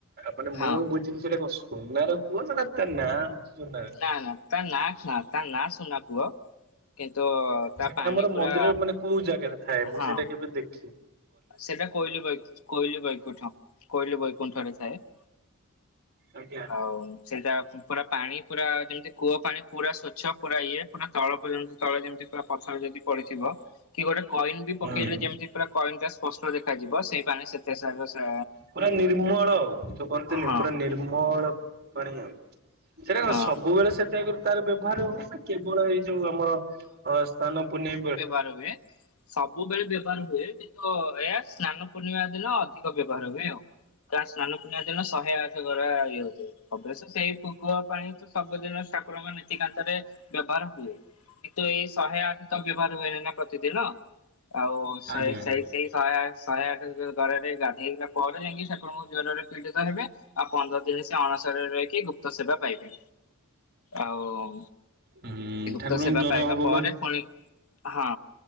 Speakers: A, on the right; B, on the left.
A: ମାନେ ମୁଁ
B: ହଁ
A: ବୁଝ ସେଟା କଣ ସୁନାର କୂଅ ନା ତା ନାଁ ଅଛି ସୁନା
B: ନା ନା ତା ନା ତା ନାଁ ସୁୁନା କୂଅ। କିନ୍ତୁ ତା
A: ସେଇଟା
B: ପାଣି
A: ଆମର
B: ପୁରା
A: ମନ୍ଦିର ମାନେ କୋଉ ଜାଗାରେ ଥାଏ? ମୁଁ
B: ହଁ
A: ସେଇଟା କେବେ ଦେଖି
B: ସେଟା କୋଇଲି ବୈ- କୋଇଲି ବୈକୁଣ୍ଠ, କୋଇଲି ବୈକୁଣ୍ଠରେ ଥାଏ।
A: ଆଜ୍ଞା।
B: ଆଉ ସେଇଟା ପୁରା ପାଣି ପୁରା, ଯେମିତି କୂଅ ପାଣି ପୁରା ସ୍ଵଚ୍ଛ ପୁରା ଇଏ ପୁରା ତଳ ପର୍ଯ୍ୟନ୍ତ ତଳ ଯେମିତି ପୁରା ପଥରେ ଯଦି ପଡିଥିବ। କି ଗୋଟେ କଏନ ବି
A: ହୁଁ
B: ପକେଇଲେ ଯେମିତି ପୁରା କଏନ ଟା ସ୍ପଷ୍ଟ ଦେଖାଯିବ ସେଇ ପାଣି ସେତେ ସେ
A: ପୁରା ନିର୍ମଳ ଆଉ, ତ କହନ୍ତିୁନି
B: ହଁ
A: ପୁରା ନିର୍ମଳ ପାଣି ଆଉ। ସେଇଟା କଣ
B: ହଁ।
A: ସବୁବେଳେ ସେଟା ତାର ବ୍ୟବହାର ହବ ନା କେବଳ ଏଇ ଯୋଉ ଆମର ଅ ସ୍ଥାନ ପୁନେଇଁ ବେଳେ?
B: ବାର ହୁଏ। ସବୁବେଳେ ବ୍ୟବହାର ହୁଏ। କିନ୍ତୁ ଏହା ସ୍ନାନ ପୂର୍ଣ୍ଣିମା ଦିନ ଅଧିକ ବ୍ୟବହାର ହୁଏ ଆଉ। ତା ସ୍ନାନ ପୂର୍ଣିମା ଦିନ ଶହେ ଆଠ ଗରା ଇଏ ହେଉଥିବ। ଅଭ୍ଯସ ସେଇ କୂଅ ପାଣି ତ ସବୁଦିନ ଠାକୁରଙ୍କ ନୀତିକାନ୍ତରେ ବ୍ୟବହାର ହୁଏ। କିନ୍ତୁ ଏଇ ଶହେ ଆଠ ତ ବ୍ୟବହାର ହୁଏନି ନା ପ୍ରତିଦିନ। ଆଉ ଶହେ
A: ଆଜ୍ଞା
B: ଶହେ
A: ଆଜ୍ଞା
B: ସେଇ ଶହେ ଆଠ ଶହେ ଆଠ ଗରାରେ ଗାଧେଇଲା ପରେ, ଯାଇକି ଠାକୁରଙ୍କୁ ଜ୍ଵରରେ ଦିଗ ହେବେ ଆଉ ପନ୍ଦର ଦିନ ସେ ଅଣସର ସରରେ ରହିକି ଗୁପ୍ତ ସେବା ପାଇବେ। ଆଉ
A: ହୁଁ। ଠାକୁରଙ୍କୁ
B: ତ ସେବା
A: ଜର
B: ପାଇବା
A: ହବ
B: ପରେ
A: ବା।
B: ପୁଣି ହଁ